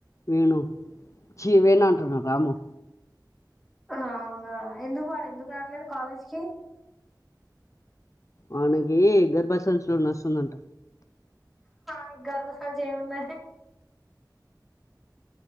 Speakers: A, on the left (about 45°); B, in the centre.
A: వేణు చీ వేణు అంటున్న రాము
B: రాము గాడా ఎందుకు వాడు ఎందుకు రాట్లేదు కాలేజ్కి
A: వాని కి గర్భసంచిలో నొస్తుందంట
B: నీక్ గర్భసంచిఏమున్నది